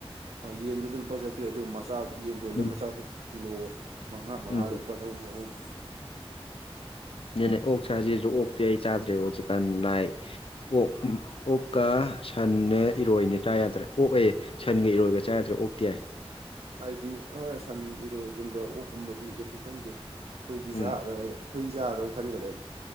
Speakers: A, on the right; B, on the left.
A: ꯌꯦꯟꯗꯨꯗ ꯂꯨꯄꯥ ꯆꯠꯇ꯭ꯔꯦ ꯑꯗꯨ ꯃꯆꯥꯛ ꯌꯦꯟ ꯕꯣꯏꯂꯔ
B: ꯎꯝ
A: ꯃꯆꯥꯛ ꯀꯤꯂꯣ ꯃꯉꯥ ꯃꯉꯥꯗ
B: ꯎꯝ
A: ꯂꯨꯄꯥ ꯆꯍꯨꯝ ꯆꯍꯨꯝ
B: ꯑꯗꯨꯅꯦ ꯑꯣꯛ ꯆꯥꯁꯤꯁꯨ ꯑꯣꯛꯇꯤ ꯑꯩ ꯆꯥꯗ꯭ꯔꯦ ꯍꯧꯖꯤꯛꯀꯥꯟ ꯅꯥꯏ ꯑꯣꯛ ꯑꯣꯛꯀ ꯁꯟꯅꯦ
A: ꯎꯝ
B: ꯏꯔꯣꯏꯅꯦ ꯆꯥ ꯌꯥꯗ꯭ꯔꯦ ꯑꯣꯛꯑꯦ ꯁꯟꯒ ꯏꯔꯣꯏꯒ ꯆꯥ ꯌꯥꯗ꯭ꯔꯦ ꯑꯣꯛꯛꯇꯤ ꯌꯥꯏ
A: ꯍꯥꯏꯗꯤ ꯍꯣꯏ ꯁꯟ ꯏꯔꯣꯏꯒꯨꯝꯕ ꯑꯣꯛꯀꯨꯝꯕꯗꯤ ꯀꯩꯁꯨ ꯈꯟꯗꯦ ꯍꯨꯏꯗꯤ ꯆꯥꯔꯣꯏ
B: ꯎꯝ
A: ꯍꯨꯏ ꯆꯥꯔꯣꯏꯅ ꯈꯟꯈ꯭ꯔꯦ ꯑꯩ